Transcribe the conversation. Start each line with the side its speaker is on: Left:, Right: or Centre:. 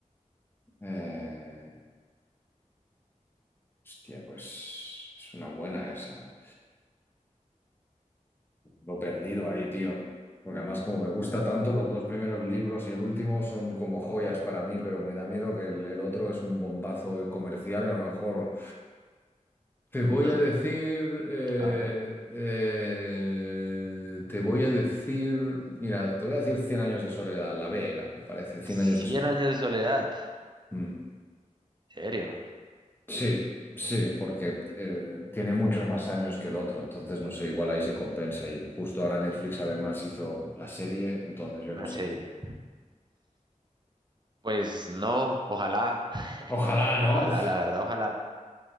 Left: Eh, hostia, pues es una buena esa. Lo he perdido ahí, tío. Porque además, como me gusta tanto, los dos primeros libros y el último son como joyas para mí, pero me da miedo que el, el otro es un bombazo comercial y a lo mejor. Te voy
Right: ¿Mm?
Left: a decir. eh,
Right: A ver,
Left: eh, te voy a decir. Mira, te voy a decir cien años de soledad. La B era, me parece. cien
Right: cien
Left: años de soledad.
Right: años de soledad,
Left: Mm.
Right: ¿en serio?
Left: Sí, sí, porque eh, tiene muchos más años que el otro, entonces no sé, igual ahí se compensa y justo ahora Netflix además hizo la serie, entonces yo
Right: Una
Left: no sé.
Right: serie. Pues no, ojalá,
Left: Ojalá,
Right: ojalá,
Left: ¿no?
Right: la verdad, ojalá.